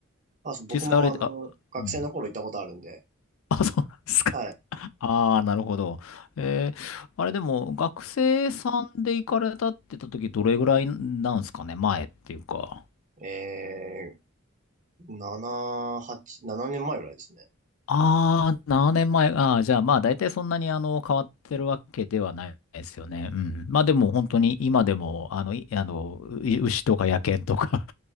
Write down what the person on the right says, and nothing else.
あ、そう、僕もあの、
学生の頃行ったことあるんで、
はい。
えー、7、8、7年前ぐらいですね。